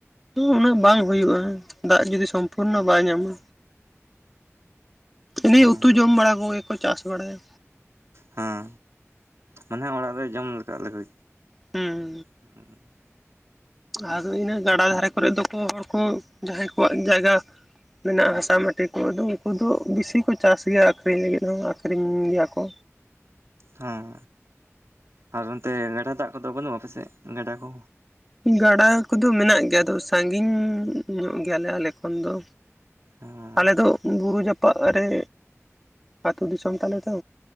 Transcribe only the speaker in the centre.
ᱩᱱᱟᱹᱜ ᱵᱟᱝ ᱦᱩᱭᱩᱜᱼᱟ ᱫᱟᱜ ᱡᱩᱫᱤ ᱥᱚᱢᱯᱩᱨᱱᱚ ᱵᱟᱭ ᱧᱟᱢᱟ ᱩᱱᱤᱭ
ᱩᱛᱩ ᱡᱚᱢ ᱵᱟᱲᱟ ᱠᱚᱜᱮ ᱠᱚ ᱪᱟᱥ ᱵᱟᱲᱟᱭᱟ
ᱦᱩᱸ
ᱟᱨ ᱤᱱᱟᱹ ᱜᱟᱰᱟ ᱫᱷᱟᱨᱮ ᱠᱚᱨᱮ ᱫᱚᱠᱚ ᱦᱚᱲ ᱠᱚ ᱡᱟᱦᱟᱸᱭ ᱠᱚᱣᱟᱜ ᱡᱟᱭᱜᱟ ᱢᱮᱱᱟᱜᱼᱟ ᱦᱟᱥᱟ ᱢᱟᱹᱴᱤ ᱠᱚ ᱟᱫᱚ ᱩᱱᱠᱩ ᱫᱚ ᱵᱤᱥᱤ ᱠᱚ ᱪᱟᱥ ᱜᱮᱭᱟ ᱟᱠᱷᱨᱤᱧ ᱞᱟᱹᱜᱤᱫ ᱦᱚᱸ ᱟᱠᱷᱨᱤᱧ ᱜᱮᱭᱟ ᱠᱚ
ᱜᱟᱰᱟ ᱠᱚᱫᱚ ᱢᱮᱱᱟᱜ ᱜᱮᱭᱟ ᱟᱫᱚ ᱥᱟᱺᱜᱤᱧ ᱧᱚᱜ ᱜᱮᱭᱟᱞᱮ ᱟᱞᱮ ᱠᱷᱚᱱ ᱫᱚ
ᱟᱞᱮ ᱫᱚ ᱵᱩᱨᱩ ᱡᱟᱯᱟᱜ ᱨᱮ ᱟᱹᱛᱩᱳ ᱫᱤᱥᱚᱢ ᱛᱟᱞᱮ ᱛᱚ